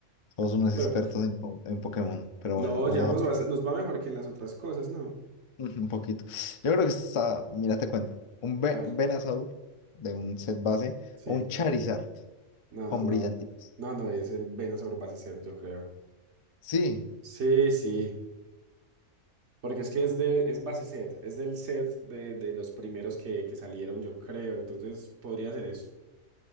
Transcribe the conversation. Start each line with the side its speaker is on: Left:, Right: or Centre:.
Left: Somos unos
Right: Pero
Left: expertos en, co- en Pokémon, pero
Right: No,
Left: bueno, vamos
Right: llevamos
Left: a
Right: bast- nos va mejor que en las otras cosas, ¿no?
Left: <laughs> un poquito. Yo creo que está, mira, te cuento, un Ve-
Right: A ver,
Left: Venusaur de un set base
Right: sí.
Left: o un Charizard
Right: No,
Left: con
Right: no, no.
Left: brillanticos.
Right: No, no, es el Venusaur base set, yo creo.
Left: Sí,
Right: Sí, sí. Porque es que es de, es base set, es del set de, de los primeros que, que salieron, yo creo. Entonces podría ser eso.